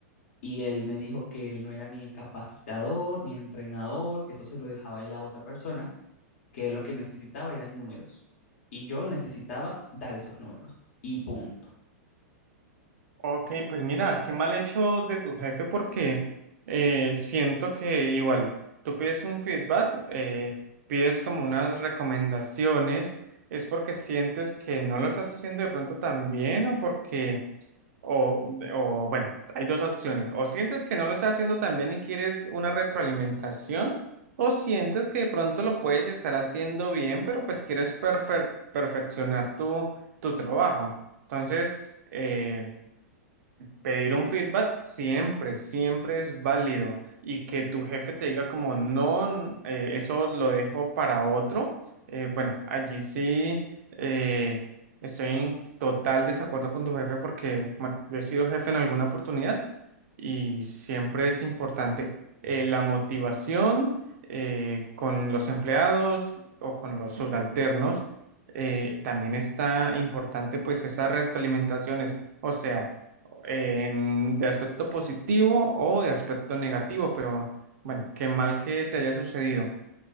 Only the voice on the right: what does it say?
Ok, pues mira, qué mal hecho de tu jefe porque eh, siento que igual tú pides un feedback, eh, pides como unas recomendaciones, es porque sientes que no lo estás haciendo de pronto tan bien o porque, o, o bueno, hay dos opciones, o sientes que no lo estás haciendo tan bien y quieres una retroalimentación, o sientes que de pronto lo puedes estar haciendo bien, pero pues quieres perfe- perfeccionar tu, tu trabajo. Entonces... eh, Pedir un feedback siempre, siempre es válido. Y que tu jefe te diga como, no, n- eh, eso lo dejo para otro. eh, bueno, allí sí eh, estoy en total desacuerdo con tu jefe porque, bueno, yo he sido jefe en alguna oportunidad y siempre es importante eh, la motivación eh, con los empleados o con los subalternos. eh, también está importante pues esas retroalimentaciones. O sea, en- de aspecto positivo o de aspecto negativo, pero bueno, qué mal que te haya sucedido.